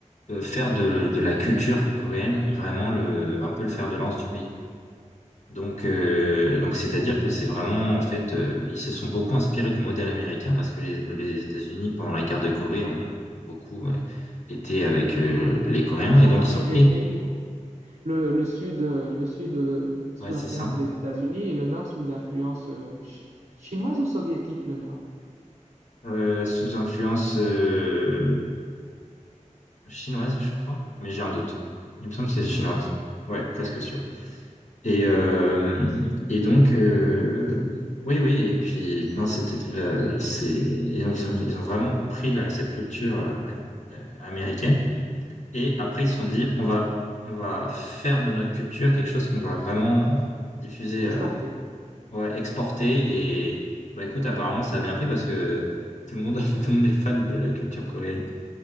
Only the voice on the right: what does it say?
Ah oui,
ils
sont
partagés
le pays. hein. Le, le sud, euh, le sud euh, sous
influence
des États-Unis et le nord sous influence euh, chi- chinoise ou soviétique, le nord?
Mmh.
Exporté.
<laughs>